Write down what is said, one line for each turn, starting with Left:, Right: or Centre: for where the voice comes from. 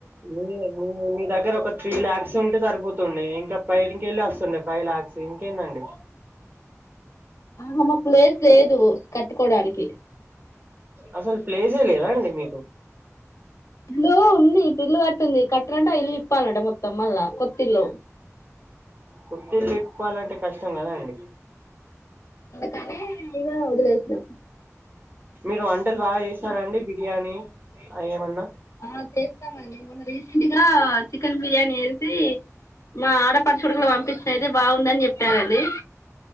Right: మీ మీ మీ దగ్గర ఒక త్రీ లాక్స్ ఉంటే సరిపోతుండే ఇంకా పైని కెళ్లి వస్సుండే పైవ్ లాక్స్ ఇంకేందండి
Left: ఆ హమ్మ ప్లేస్ లేదు కట్టుకోడానికి
Right: అసలు ప్లేసే లేదాండి మీకు
Left: ఇల్లు ఉంది ఇప్పిల్లు కట్టుంది కట్టినంటే ఆ ఇల్లు ఇప్పాలంట మొత్తం మళ్ళా కొత్తిల్లు
Right: కొత్తిల్లు విప్పాలంటే కష్టం కదాండి
Left: అందుకనే ఇంగ వదిలేసినం
Right: మీరు వం టల్ బాగా చేసారండి బిర్యానీ అయ్ ఏమన్నా
Left: ఆ చేస్తామండి మొన్న రీసెంట్ గా చికెన్ బిర్యానీ వేసి మా ఆడపడు చుడుకులు పంపించిన అయితే బాగుందని చెప్పారండి.